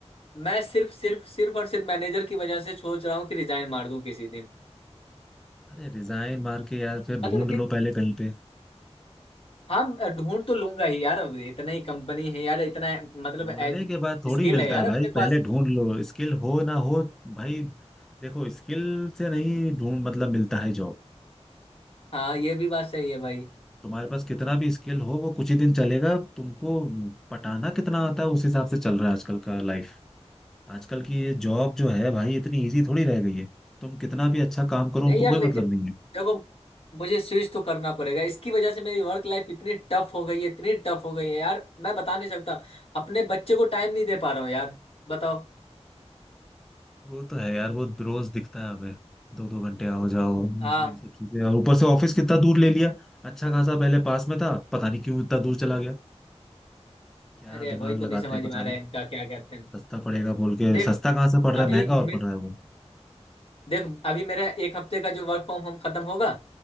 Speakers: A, on the left (about 55°); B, in the centre.
A: मैं सिर्फ सिर्फ सिर्फ और सिर्फ मैनेजर की वजह से सोच रहा हूँ कि रिजाइन मार दूं किसी दिन
B: अरे रिजाइन मार के यार फिर
A: मतलब
B: ढूंढ
A: कि
B: लो पहले कहीं पे
A: हाँ ढूंढ तो लूंगा ही यार अब इतना ही कंपनी है यार इतना मतलब
B: ढूंढने के बाद थोड़ी
A: स्किल
B: मिलता
A: है यार
B: है भाई
A: अपने
B: पहले
A: पास
B: ढूंढ लो स्किल हो ना हो भाई देखो स्किल से नहीं ढूंढ मतलब मिलता है जॉब
A: हाँ ये भी बात सही है भाई
B: तुम्हारे पास कितना भी स्किल हो वो कुछ ही दिन चलेगा तुमको पटाना कितना आता है उस हिसाब से चल रहा है आजकल का लाइफ आजकल की ये जॉब जो है भाई इतनी इजी थोड़ी रह गई है तुम कितना भी अच्छा काम करो
A: नहीं
B: उनको
A: यार
B: कोई
A: लेकिन
B: मतलब नहीं है
A: देखो मुझे स्विच तो करना पड़ेगा इसकी वजह से मेरी वर्क लाइफ इतनी टफ हो गई है इतनी टफ हो गई है यार मैं बता नहीं सकता अपने बच्चे को टाइम नहीं दे पा रहा हूँ यार बताओ
B: वो तो है यार वो रोज दिखता है हमें दो दो घंटे आओ जाओ ये
A: हाँ
B: सब चीजें और ऊपर से ऑफिस कितना दूर ले लिया अच्छा खासा पहले पास में था पता नहीं क्यों इतना दूर चला गया क्या
A: अरे
B: दिमाग
A: वही तो
B: लगाते
A: नहीं समझ
B: हैं पता
A: में आ
B: नहीं
A: रहा है इनका क्या कहते हैं
B: सस्ता पड़ेगा बोल के
A: देख
B: सस्ता कहाँ से पड़ रहा
A: अभी
B: है महंगा और
A: मैं
B: पड़ रहा है वो
A: देख अभी मेरा एक हफ्ते का जो वर्क फ्रॉम होम खत्म होगा